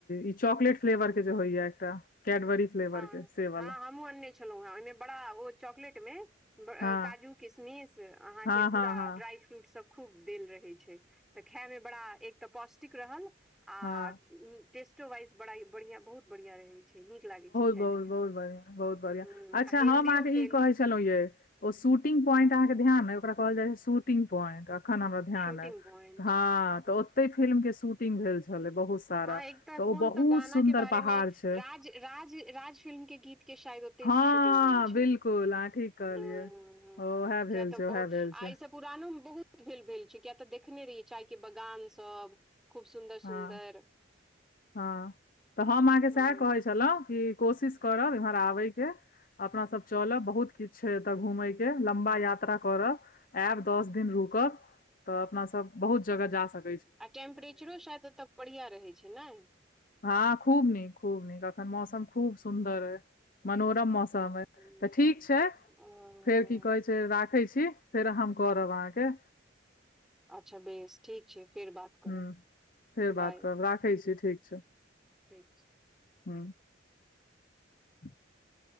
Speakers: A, on the left; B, in the centre.
A: ई चॉकलेट फ्लेवर के जे होइया एकटा कैडबरी। फ्लेवर
B: हँ
A: के से
B: हँ
A: वाला
B: हमहूँ अनने छलहुँ हे ओहिमे बड़ा ओ चॉकलेट मे
A: हँ
B: काजू किशमिश अहाँकेँ
A: हँ
B: पूरा
A: हँ हँ
B: ड्राइ फ्रूट सभ खूब देल रहै छै तऽ खायमे बड़ा एक तऽ पौष्टिक रहल आ
A: हँ
B: टेस्टो वाइज बड़ा बढ़िया बहुत बढ़िया रहे छै नीक लागे छै। खाय
A: बहुत
B: पियए
A: बहुत
B: मे
A: बढ़िया बहुत बढ़िया
B: हुं
A: अच्छा
B: आ हेल्दियो
A: हम अहाँकेँ
B: भेल
A: ई कहै छी छलहुँ य ओ शूिंग पॉइट अहाँकेँ ध्यान ओक कहल जाइ छै शूटिंग पॉइंट नै हमरा ध्यान
B: शूटिंग पॉइंट
A: ह तऽ ओते फिल्म के शूटिंग भेल छल बहुत सारा
B: हँ एक तऽ
A: ओ
B: कोन
A: बहुत
B: तऽ गाना
A: सुन्दर
B: के बारे
A: पहाड़
B: मे
A: छै
B: राज राज राज फिल्म के गीत के शायद ओ
A: हँ
B: शूटि भेल छै
A: बिल्कुल अहाँ ठीक कहलियै
B: किया
A: ओएह भेल
B: तऽ
A: छै ओएह
B: बहु
A: भेल छै
B: ई सभ पुरानोमे बहुत भेल भेल छै किया तऽ देखने रहियै चायके बगान सभ खूब सुन्दर
A: हँ
B: सुन्दर।
A: हँ तऽ हम अहाँकेँ सएह
B: हँ
A: कहै छलहुँ कि कोशिश करब एम्हर आबयके, अपना सभ चलब बहुत किछु छै एतय घूमय के लम्बा यात्रा करब आयब दस दिन रुक तऽ अपना सभ बहुत जगह जा सक
B: आ टेम्परेचरो शायद ओतय बढ़िआ रहैत छै ने,
A: हँ खूब नीक खूब नीक अखन मौसम खूब सुंन्दर है मनोरम मौसम। सभ
B: हम्म,
A: तऽ ठीक छै
B: ओ
A: फेर कि कहै छै राखै छी, फेर हम करब अहाँकेँ
B: अच्छा बेस ठीक छै फेर बात। करब
A: हू फेर
B: बाय
A: बात करब राखै छी ठीक छै।
B: ठीक छै
A: ह <inaudible>